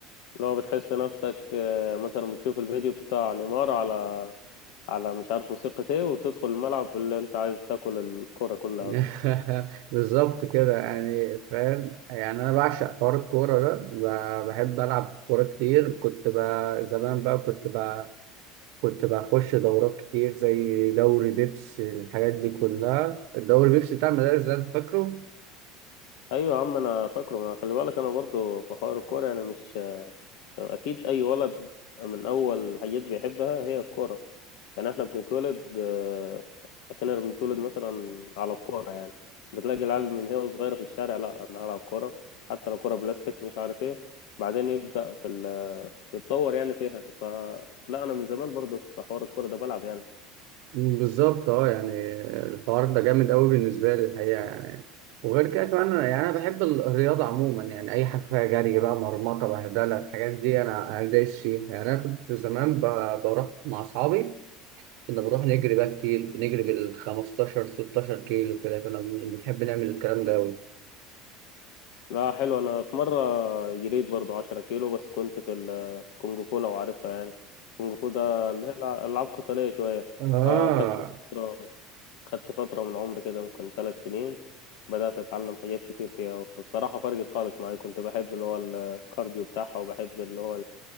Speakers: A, on the left; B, on the right.
A: لو بتحس نفسك آه، مثلا بتشوف الفيديو بتاع نيمار على على مش عارف موسيقى ايه وتدخل الملعب اللي انت عايز تاكل الكرة كلها
B: <laughs>
A: اصلا
B: بالظبط كده يعني فاهم يعني انا بعشق حوار الكوره ده ب- بحب العب كوره كتير كنت بقى زمان بقى كنت بقى كنت بخش دورات كتير زي دوري بيبس الحاجات دي كلها الدوري بيبس بتاع المدارس ده انت فاكره
A: ايوه يا عم انا فاكره ما خلي بالك انا برضو في حوار الكورة يعني مش آه، اكيد اي ولد من اول حاجات بيحبها هي الكورة يعني احنا بنتولد آه، كأننا بنتولد مثلا على الكورة يعني بتلاقي العيال من هي وصغيرة في الشارع لا انا هلعب كورة حتى لو كورة بلاستيك مش عارف ايه بعدين يبدأ في ال يتطور يعني فيها فلا انا من زمان برضو في حوار الكوره ده بلعب يعني
B: مم، بالظبط اه يعني الحوار ده جامد قوي بالنسبه لي الحقيقه يعني وغير كده كمان يعني انا بحب ال- الرياضه عموما يعني اي حاجه فيها جري بقى مرمطه بهدله الحاجات دي انا انا دايس فيها يعني انا كنت زمان ب- بروح مع اصحابي كنا بنروح نجري بقى كتير بنجري بال 15 16 كيلو كده كنا بنحب نعمل الكلام ده أوي
A: لا حلو انا في مره جريت برضو 10 كيلو بس كنت في الكونغ فو لو عارفها يعني الكونغ فو ده اللي هي الع- العاب قتاليه شويه
B: اه
A: فخدت فتره خدت فتره من عمري كده ممكن ثلاث سنين بدات اتعلم حاجات كتير فيها والصراحه فرقت خالص معايا كنت بحب اللي هو الكارديو بتاعها وبحب اللي هو